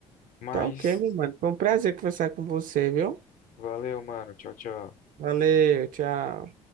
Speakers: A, on the left; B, on the right.
A: Mas
B: Tá ok, meu mano. Foi um prazer conversar com você, viu?
A: Valeu, mano. Tchau, tchau.
B: Valeu, tchau.